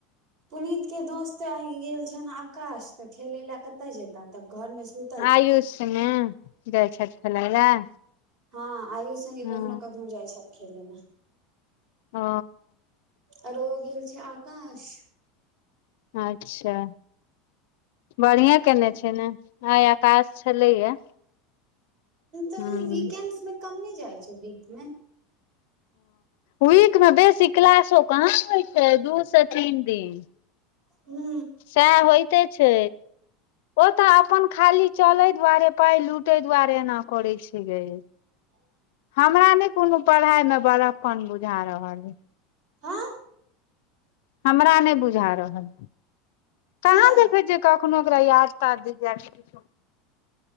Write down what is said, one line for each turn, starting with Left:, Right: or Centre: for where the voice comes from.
Right: पुनीत के दोस्त आय गेल छेल आकाश त खेले लए कतय जेता त घर मे सुत
Left: आयुष संगे जाइ छाथ खेलय लए
Right: हँ आइयो सगे
Left: हँ
Right: कखनो कखनो जाइ छथ खेलय लए
Left: ओ
Right: आर ओ गेल छै आकाश
Left: अच्छा, बढ़िऐ केने छै ने आइ आकाश छलैया
Right: तऽ
Left: हूँ
Right: वीकेड मे कम नहि जाइ छै वीक मे
Left: वीक मे बेसी क्लासो कहाँ होइ छै दू से तीन दिन
Right: हू।
Left: सएह होइते छै। ओ तऽ अपन खाली चले दुआरे पाय लूटे दुआरे एना करे छै गे
Right: ह।
Left: हमरा नहि कोनो पढ़ाई मे बड़फपन बुझा रहल हइ।
Right: हा
Left: हमरा नहि बुझा रहल
Right: किया
Left: कहा देखै कखनो ओकरा याद तऽ द कि